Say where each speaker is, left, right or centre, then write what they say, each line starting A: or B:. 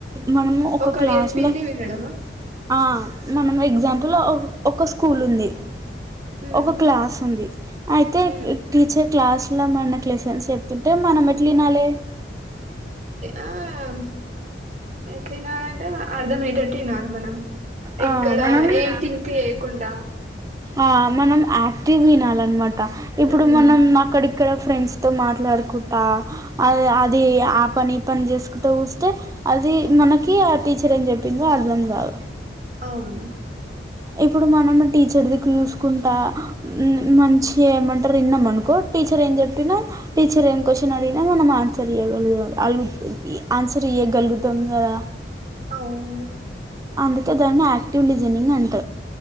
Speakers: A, on the right (about 20°); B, on the right (about 40°).
A: మనము ఒక
B: ఒకరు
A: క్లాస్లో
B: ఎప్పింది వినడమా
A: ఆ మనం ఎగ్జాంపుల్ ఒక స్కూల్ ఉంది
B: ఉమ్
A: ఒక క్లాస్ ఉంది అయితే
B: ఉమ్
A: టీచర్ క్లాస్ లో మన క్లెసన్స్ చెప్తుంటే మనంట్ కట్లి నాాల
B: అ ఆ ఎట్లా ఇనాలంటే అర్ధంయ్యేటట్టు తనాలి మనం
A: ఆ
B: ఇక్కడ
A: మనం
B: ఏం ింక్ చేయకుండా
A: ఆ మనం యాక్టివ్ విినాలిన్నమాట ఇప్పుడు
B: ఉమ్
A: మనం అక్కడిక్కడ ఫ్రెండ్స్ తో మాట్లాడుకుంటా అది ఆ పని పని చేసుకుంటా చస్తే అది మనకి ఆ టీచర్ అని చెప్పిందో అర్ధం కాదు
B: అవును
A: ఇప్పుడు మనం టీచర్ ది చూసుకుంటా మంచిగా ఏమంటారు విన్నాం అనుకో టీచర్ ఏం చెప్పినా టీచర్ ఏం క్వశ్చన్ అడిగినా మనం ఆన్సర్ ఇయగలుగు అగు ఆన్సర్ ఇయగలుగుతుంది కదా
B: అవును
A: అందుకే దాన్ని యాక్టివిజ జనింగ్ంట